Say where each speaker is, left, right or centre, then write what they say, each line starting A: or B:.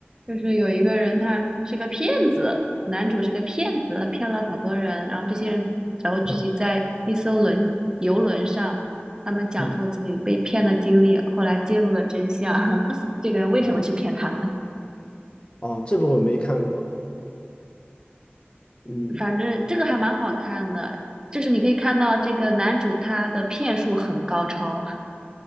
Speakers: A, on the right; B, on the left.
A: 就是有一个人他是个骗子，男主是个骗子，骗了好多人，然后这些人然后聚集在一艘轮游轮上，
B: 嗯
A: 他们讲述了自己被骗的经历，
B: 嗯，
A: 后来揭露了真相，<laughs> 这个人为什么去骗他们？
B: 哦哦，这部我没看过，嗯，
A: 反正这个还蛮好看的，就是你可以看到这个男主他的骗术很高超，